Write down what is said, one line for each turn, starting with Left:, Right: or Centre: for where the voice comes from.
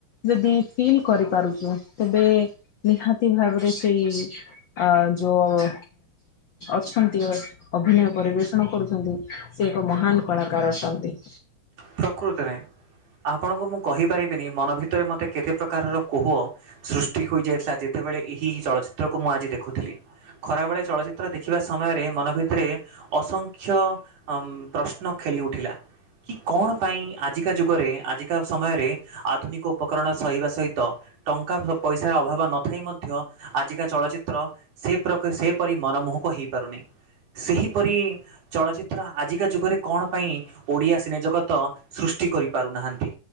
Left: ଯଦି ଫିଲ୍ କରିପାରୁଚୁ ତେବେ ନିହାତି ଭାବରେ ସେଇ ଅ ଯୋଉ ଅଛନ୍ତି ଅ ଅଭିନୟ ପରିବେଷଣ କରୁଛନ୍ତି ସେ ଏକ ମହାନ କଳାକାର ଅଟନ୍ତି।
Right: ପ୍ରକୃତିରେ ଆପଣଙ୍କୁ ମୁଁ କହିପାରିବିନି ମନ ଭିତରେ ମୋତେ କେତେ ପ୍ରକାରର କୋହ ସୃଷ୍ଟି ହୋଇଯାଇଥିଲା ଯେତେବେଳେ ଏହି ଚଳଚିତ୍ରକୁ ମୁଁ ଆଜି ଦେଖୁଥିଲି ଖରାବେଳେ ଚଳଚ୍ଚିତ୍ର ଦେଖି ଖିବା ସମୟରେ ମନ ଭିତରେ ଅସଂଖ୍ୟ ଅ ପ୍ରଶ୍ନ ଖେଳି ଉଠିଲା। କି କଣ ପାଇଁ ଆଜିକା ଯୁଗରେ ଆଜିକା ସମୟରେ ଆଧୁନିକ ଉପକରଣ ସହିବା ସହିତ ଟଙ୍କା ଫ ପଇସାର ଅଭାବ ନଥାଇ ମ ଧ୍ୟ ଆଜିକା ଚଳଚିତ୍ର ସେ ପ୍ରକ ସେପରି ମନମୋହକ ହେଇପାରୁନି ସେହି ପରି ଚଳଚ୍ଚିତ୍ର ଆଜିକା ଯୁଗରେ କଣ ପାଇଁ ଓଡ଼ିଆ ସିନେଜଗତ ତ ସୃଷ୍ଟି କରିପାରୁନାହାନ୍ତି।